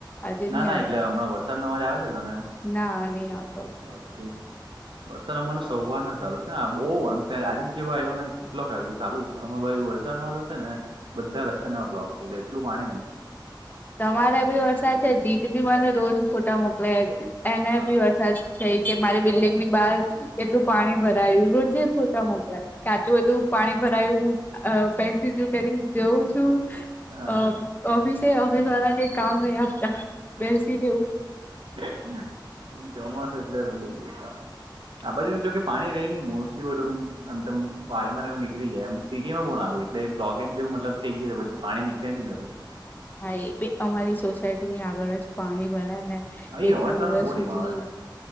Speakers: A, on the left; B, on the right.
A: આજે
B: ના
A: નહી
B: ના
A: આવ્યો
B: એટલે હમણાં વરસાદ નો અવાજ આવે છે, તને એમ.
A: ના નઈ આવતો.
B: ઓકે. વરસાદ અમાને સવાર નો ચાલુ છે, આ બઉ આજે જ જેવા આયવોને કેટલોક આવ ચાલુ જ અમાય બાજુ વલસાડમાં તો છે ને, બધા રસ્તા ને એવું બ્લોક થઈ ગેલા એલું પાણી ને.
A: તમારે બી વરસાદ છે, જીત બી મને રોજ ફોટા મોકલાય એને
B: હા
A: બી વરસાદ કેય કે મારી બિલ્લીંગ ની બાર કેટલું પાણી ભરાયું, રોજે પૂ ત મુકુ એમ. કાચું બધું પાણી ભરાયું, હું અ પેન્સિલયુ કરી જોઉં છું.
B: હા.
A: અ ઓફિસે ઓફિસ વાળા કય કામ નઈ આપતા. બેસીને એવું
B: હ પન ચોમાસું એટલે ડેન્જર કામ. આ બાજુ જો કે પાણી રેય ની, મોસ્લી બધું મ એમ તેમ વાડી માં એવું નીકળી જાય એમ. સિટી માં બો નાકુ ઓય બે બ્લોકેજ જેમ મતલબ થઈ ગીયો, તો પછી પાણી નીકળે ની વેલુ.
A: હા એ બે અમારી સોસાયટી ની આગળ જ પાણી ભરા ને
B: અહી
A: બે-ત્રણ
B: અવાજ તારો
A: દિવસ
B: બહુ ધીમો
A: સુધી...
B: આવે